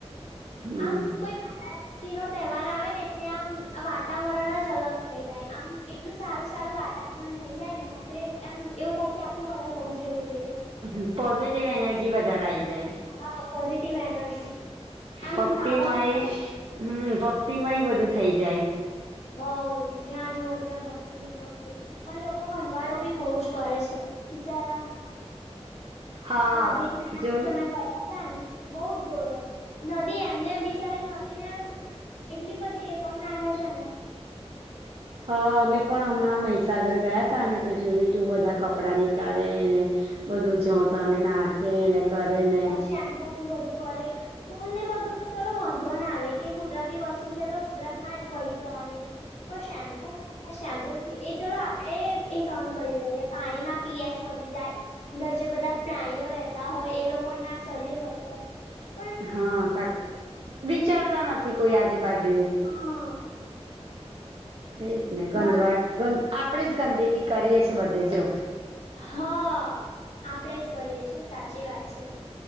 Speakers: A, on the right; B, on the left.
A: હમ
B: આમ કોઈ માતાજી નો તહેવાર આવે ને એટલે આમ વાતાવરણ જ અલગ થઇ જાય આમ એટલું સારું સારું વાતાવરણ થઈ જાય ને આપડે એમ એવું થાય કે આખું વર્સ હોવું જ રહેવું જોઈએ.
A: હ પોઝિટિવ એનર્જી વધારે આ આવી જાય.
B: હા પોઝિટિવ એનર્જી. આમ
A: ભક્તિમય
B: પાવર આઈ જાય
A: હમ્મ ભક્તિમય બધું થઇ જાય.
B: બઉ જ જ્યાં જુઓ ત્યાં ભક્તિ જ ભક્તિ. પણ લોકો ભંધવાડો <unintelligible> બી બહુ જ કરે છે બિચારા
A: હા
B: અધિક મહિના
A: જો
B: જ
A: ને
B: અમે ગયા હતા ને બઉ જ જોયો નદી એમને બિચારી નથી એને એટલી બધી કોણ નાખે છે ને
A: હા અમે પણ હમણાં મહીસાગર ગયા તા ને તો જોયું તું બધા કપડાં ની તારે ને બધું જતાને નાખે ને કરે ને
B: શેમ્પુ થી બધું કરે ફૂલ ને બધું તો ચલો વાંધો ના આવે કે કુદરતી વસ્તુ છે તો કુદરત માં જ ભરી જવાની છે. પણ શેમ્પુ હ શેમ્પુ એ ચલો આપડે એ સહન કરી લઈએ પાણીમાં પીએચ વધી જાય અંદર જે બધા પ્રાણીઓ રહેતા હોય એ લોકો ના શરીર બગડે. પણ
A: હા સાચ વિચારતા નથી કોઈ આજુબાજુનું.
B: હા.
A: તેજ ને ગંધવાડ
B: બ-
A: ગંદ આપણે જ ગંદ કે કરીએ છે બધે.
B: હા આપડે જ કરીએ છે સાચી વાત છે.